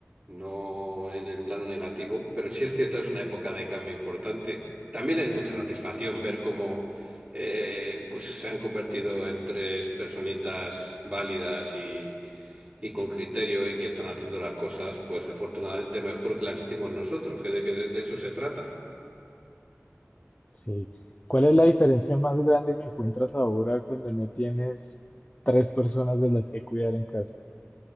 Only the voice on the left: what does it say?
Sí. ¿Cuál es la diferencia más grande que encuentras ahora cuando no tienes tres personas de las que cuidar en casa?